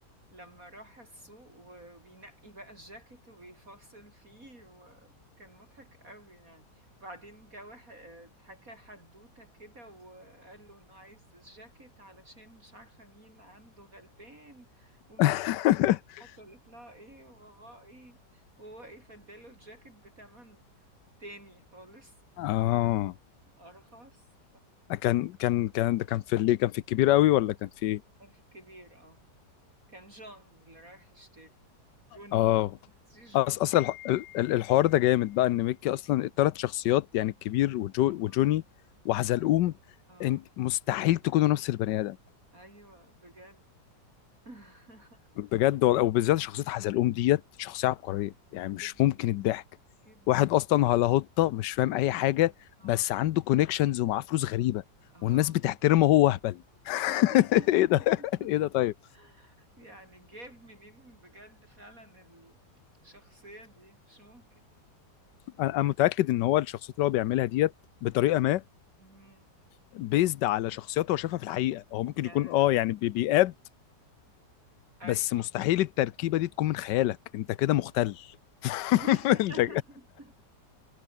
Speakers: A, on the right; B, on the left.
A: لما راح السوق وبينقي بقى الجاكيت وبيفاصل فيه وكان مضحك قوي يعني وبعدين جه واحد- حكى حدوتة كده وقال له انه عايز الجاكيت علشان مش عارفة مين عنده غلبان ومش
B: <laughs>
A: عارفة حصلت لها ايه وبابا ايه وهو ايه فاداله الجاكيت بتمن تاني خالص
B: اه
A: أرخص
B: كان كان كان ده كان في اللي كان في الكبير قوي ولا كان في ايه
A: الف كبير اه كان جون اللي رايح يشتري جوني
B: اه
A: سي جون
B: أص أصل الح- ال- الحوار ده جامد بقى إن ميكي أصلا التلات شخصيات يعني الكبير وجو
A: اه
B: وجوني وحزلقوم
A: اه
B: أنت مستحيل تكونوا نفس البني آدم
A: ايوه بجد <laughs>
B: بجد وال- وبالذات شخصية حزلقوم ديت شخصية عبقرية يعني مش
A: جدا
B: ممكن الضحك
A: جدا
B: واحد أصلا هلاهوطة مش فاهم أي حاجة
A: اه
B: بس عنده كونكشنز ومعاه فلوس غريبة
A: اه
B: والناس بتحترمه وهو أهبل <laughs>
A: <laughs>
B: ايه ده ايه ده طيب
A: يعني جاب منين بجد فعلا الشخصية دي مش ممكن
B: انا أنا متاكد ان هو الشخصيات اللي هو بيعملها ديت بطريقه ما
A: مم.
B: بيزد على شخصياته هو شافها في الحقيقه هو ممكن
A: ده
B: يكون اه يعني بي- بيقاد
A: ايوه
B: بس مستحيل التركيبه دي تكون من خيالك انت كده مختل
A: <laughs>
B: <laughs> انت